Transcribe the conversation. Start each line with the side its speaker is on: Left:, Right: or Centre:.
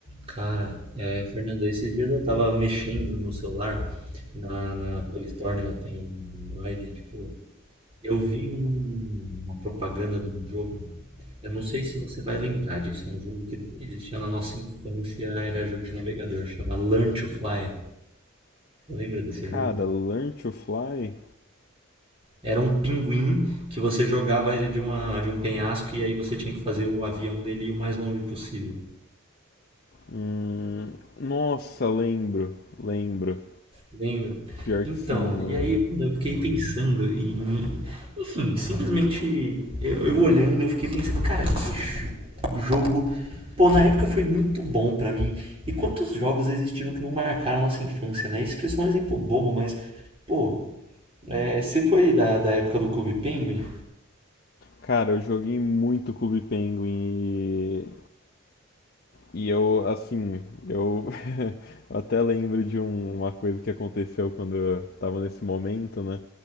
Right: Cara, é, Fernando, esses dias eu tava mexendo no celular, na, na Play Store, né, eu tenho um Android, e, tipo, eu vi um- uma propaganda de um jogo, eu não sei se você vai lembrar disso, é um jogo que existia na nossa infância, era jogo de navegador, chama Learn to Fly, você lembra desse jogo?
Left: Cara, Learn to Fly?
Right: Era um pinguim que você jogava ele de uma, de um penhasco e aí você tinha que fazer o avião dele ir o mais longe possível.
Left: Hum, nossa, lembro, lembro.
Right: Lembro.
Left: Pior
Right: Então,
Left: que sim, mano.
Right: e aí, mano, eu fiquei pensando em. Enfim, simplesmente eu, eu olhando, eu fiquei pensando, cara, que jo- jogo. Pô, na época foi muito bom pra mim. E quantos jogos existiram que não marcaram a nossa infância, né? Esse foi só um exemplo bobo, mas. Pô, é, você foi da, da época do Clube Penguin?
Left: Cara, eu joguei muito Clube Penguin e E eu, assim, eu <laughs> eu até lembro de um- uma coisa que aconteceu quando eu tava nesse momento, né?